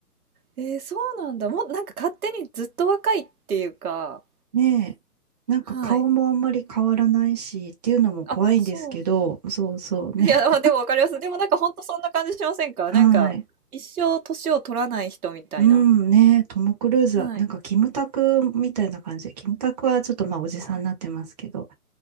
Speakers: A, on the right (about 70°); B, on the right (about 25°).
A: えー、そうなんだ。もうなんか勝手にずっと若いっていうか、
B: ねえ、なんか顔もあんまり変わらないし、
A: はい。
B: っていうのも怖いんですけど、
A: あ、そうそ
B: そうそうね。
A: う。いや、まあでもわかります。でもなんかほんとそんな感じしませんかなんか、
B: <laughs> はい。
A: 一生年を取らない人みたいな。
B: うん、ねトム・クルーズは、
A: はい。
B: なんかキムタクみたいな感じで、キムタクはちょっとまあ、おじさんになってますけど、
A: はい。